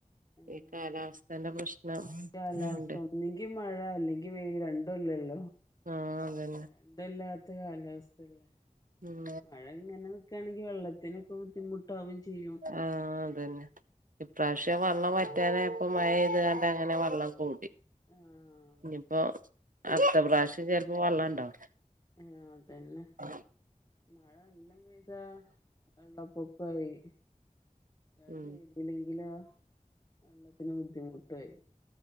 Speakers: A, on the left; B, on the right.
A: ആഹ്
B: ഈ കാലാവസ്ഥന്റെ
A: അതന്നെ
B: പ്രശ്നം
A: കായി കാലാവസ്ഥ
B: ആണ്ട്
A: ഒന്നെങ്കി മഴ അല്ലെങ്കിൽ വെയില് രണ്ട് ല്ലല്ലോ
B: ആഹ് അതന്നെ
A: ഇന്തല്ലാത്ത കാലാവസ്ഥല്ലേ
B: ഉം
A: മഴ ഇങ്ങനെ നിക്കണെങ്കിൽ വെള്ളത്തിനൊക്കെ ബുദ്ധിമുട്ടാവേം ചെയ്യും
B: ആഹ് അതന്നെ ഇപ്രാവശ്യം വെള്ളം വറ്റാന നായപ്പോൾ മഴപെയ്തുകണ്ട് അങ്ങനെ വെള്ളം കൂടി
A: ആഹ്
B: ഇനിയിപ്പോഅടുത്ത പ്രാവശ്യം ചിലപ്പോ വെള്ളം ഇണ്ടാവുല്ല
A: ആഹ് അതന്നെ
B: ഉ <unintelligible>
A: മഴ നല്ലാം പെയ്താ വെള്ളപ്പൊക്കായി മഴ
B: ഉം
A: പെയ്തിലെങ്കിലോ വെള്ളത്തിന് ബുദ്ധിമുട്ടായി